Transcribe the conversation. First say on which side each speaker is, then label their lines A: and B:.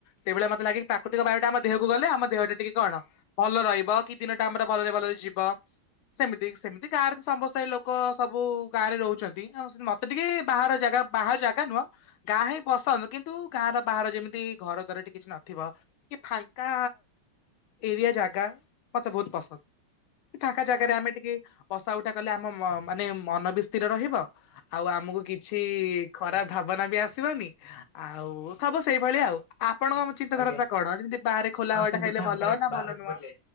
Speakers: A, on the left; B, on the left.
A: ସେଇଭଳିଆ ମତେ ଲାଗେ ପ୍ରାକୃତିକ ବାୟୁ ଟା ଆମ ଦେହକୁ ଗଲେ ଆମ ଦେହଟା ଟିକେ କଣ ଭଲ ରହିବ। କି ଦିନଟା ଆମର ଭଲରେ ଭଲରେ ଯିବ। ସେମିତି ସେମିତି ଗାଁରେ ତ ସମସ୍ତେ ଲୋକ ଲୋକ ସବୁ ଗାଁ ରେ ରହୁଛ ଆଉ ମତେ ଟିକେ ବାହାର ଜାଗା ବାହାର ଜାଗା ନୁହଁ ଗାଁ ହିଁ ପସନ୍ଦ। କିନ୍ତୁ ଗାଁର ବାହାର ଯେମିତି ଘର ଦାର ଟିକେ କିଛି ନଥିବ। ଟିକେ ଫାଙ୍କା ଏରିଆ ଜାଗା ମତେ ବହୁତ ପସନ୍ଦ। ତାଙ୍କା ଜାଗାରେ
B: ଆଜ୍ଞା
A: ଆମେ ଟିକେ ବସା ଉଠା କଲେ ଆମ ମ ମାନେ ମନ ବି ସ୍ଥିର ରହିବ। ଆଉ ଆମକୁ କିଛି କିଛି ଖରାପ ଭାବନା ବି ଆସିବନି। ଆଉ ସବୁ ସେଇଭଳିଆ ଆ ଆପଣଙ୍କ ଚିନ୍ତାଧାରାଟା
B: ଆଜ୍ଞା
A: କଣ? ଯେମିତି ବାହାରେ ଖୋଲା
B: ହଁ
A: ହାୱାଟା
B: ସେମିତି
A: ଖାଇଲେ
B: ଫାଙ୍କାରେ
A: ଭଲ ନା
B: ବାହାରେ
A: ଭଲ ନୁହଁ।
B: ବୁଲେ।